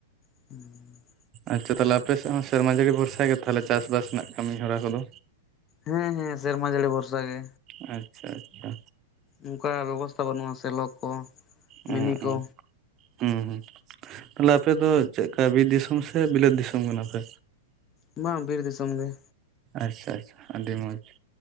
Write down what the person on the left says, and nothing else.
ᱩᱸ᱾
ᱦᱮᱸ, ᱦᱮᱸ, ᱥᱮᱨᱢᱟ ᱡᱟᱹᱲᱤ ᱵᱚᱨᱥᱟ ᱜᱮ᱾
ᱩᱝᱠᱟ ᱵᱮᱵᱚᱥᱛᱟ ᱵᱟᱹᱱᱩᱼᱟ ᱥᱮᱞᱚ ᱠᱚ,
ᱢᱤᱱᱤ ᱠᱚ᱾
ᱵᱟᱝ, ᱵᱤᱨ ᱫᱤᱥᱚᱢ ᱜᱮ᱾